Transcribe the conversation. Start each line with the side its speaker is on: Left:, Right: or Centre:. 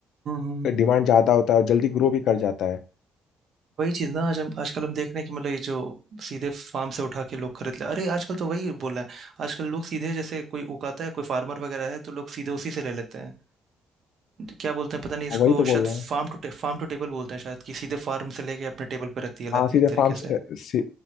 Right: हम्म हम्म,
Left: डिमांड ज़्यादा होता है और जल्दी ग्रो भी कर जाता है
Right: वही चीज़ ना आज हम आजकल हम देख रहे हैं कि मतलब ये जो सीधे फार्म से उठा के लोग खरीद ले अरे आजकल तो वही बोल रहे हैं आजकल लोग सीधे जैसे कोई उगाता है कोई फार्मर वगैरह है तो लोग सीधे उसी से ले लेते हैं क्या बोलते हैं पता नहीं इसको
Left: और वही तो बोल
Right: शायद
Left: रहा
Right: farm
Left: हूँ
Right: to farm to table बोलते हैं शायद कि सीधे फार्म से लेके अपने टेबल पे रख दिया लाके
Left: हाँ सीधे
Right: एक तरीके
Left: फार्म से
Right: से
Left: सी,